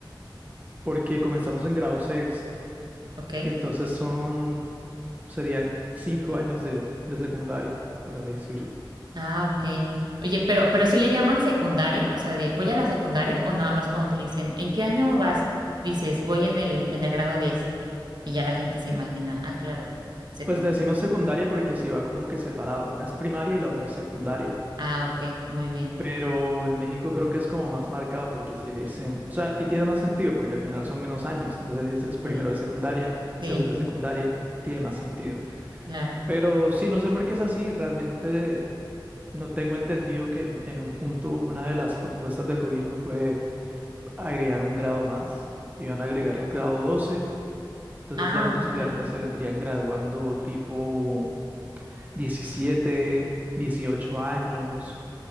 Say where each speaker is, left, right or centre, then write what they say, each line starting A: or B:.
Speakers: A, on the right; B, on the right.
A: porque comenzamos en grado 6,
B: ok.
A: y entonces son, serían 5 años de, de secundaria, por así decirlo.
B: Ah, ok. Oye, pero, pero sí le llaman secundaria, o sea, de voy a la secundaria o nada más cuando te dicen, ¿en qué año vas? Dices, voy en el, en el grado diez Y ya la gente se imagina,
A: L-
B: ah, claro, secundaria.
A: Pues le decimos secundaria porque sí va como que separado, una es primaria y la otra es secundaria.
B: Ah, ok, muy bien.
A: Pero en México creo que es como más marcado porque si le dicen, o sea, y tiene más sentido porque al final son menos años, entonces dices primero
B: Sí,
A: de secundaria, segundo
B: sí,
A: de secundaria, tiene más sentido.
B: claro.
A: Pero sí, no sé por qué es así, realmente no tengo entendido que en, en un punto una de las propuestas del gobierno fue agregar un grado más, iban a agregar el grado 12, entonces
B: Ah,
A: ya los
B: ok.
A: estudiantes se vendrían graduando tipo 17, 18 años.